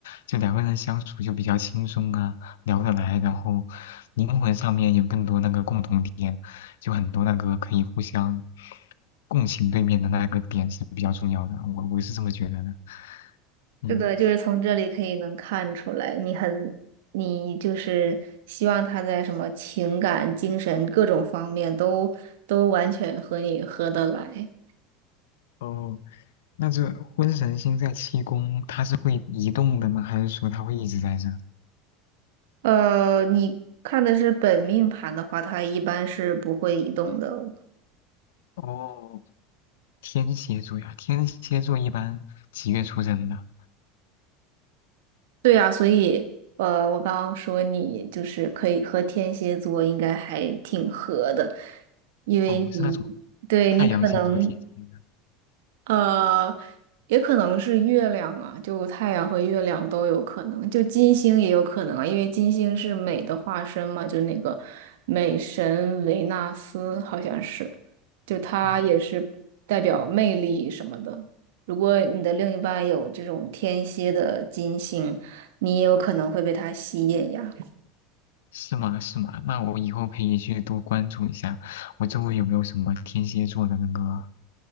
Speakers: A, on the left (about 75°); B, on the right (about 75°).
A: 就两个人相处就比较轻松啊，聊得来，然后灵魂上面有更多那个共同点，就很多那个可以互相共情对面的那个点是比较重要的，我我是这么觉得的，嗯，
B: 是的，就是从这里可以能看出来，你很，你就是希望他在什么情感、精神各种方面都都完全和你合得来。
A: 哦，那这婚神星在七宫，它是会移动的吗？还是说它会一直在这？
B: 呃，你看的是本命盘的话，它一般是不会移动的哦
A: 哦，天蝎座呀，天蝎座一般几月出生的？
B: 对啊，所以呃，我刚刚说你就是可以和天蝎座应该还挺合的，因为你
A: 哦，是那种
B: 对你可能
A: 太阳星座天蝎的。
B: 呃，也可能是月亮啊，就太阳和月亮都有可能，就金星也有可能啊，因为金星是美的化身嘛，就那个美神维纳斯好像是，就它也是代表魅力什么的。
A: 哦，
B: 如果你的另一半有这种天蝎的金星，你也有可能会被它吸引呀。
A: 是吗？是吗？那我以后可以去多关注一下，我周围有没有什么天蝎座的那个